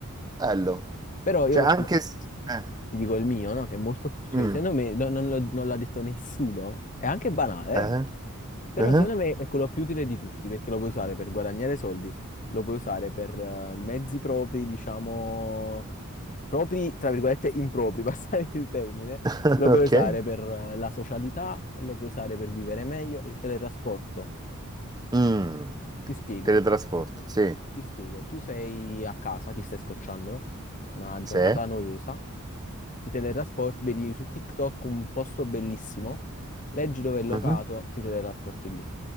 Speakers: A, on the right; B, on the left.
A: Bello.
B: Però io
A: Cioè anche...
B: m-
A: s- Eh.
B: ti dico il mio, no? Che è molto... Cioè,
A: Mm.
B: secondo me no- non, lo- non l'ha detto nessuno, è anche banale,
A: Eh?
B: eh. Però
A: Eh?
B: secondo me è quello più utile di tutti perché lo puoi usare per guadagnare soldi, lo puoi usare per eh, mezzi propri, diciamo, propri, tra virgolette, impropri, <laughs> passare il termine,
A: <laughs>
B: lo
A: Ok.
B: puoi usare per eh, la socialità, lo puoi usare per vivere meglio, il teletrasporto.
A: Mm.
B: Ti spiego.
A: Teletrasporto, sì.
B: Ti spiego, tu sei a casa, ti stai scocciando, una
A: Sì.
B: giornata noiosa, ti teletrasporti, vedi su TikTok un posto bellissimo, leggi dove è locato,
A: Mhm.
B: ti teletrasporti lì,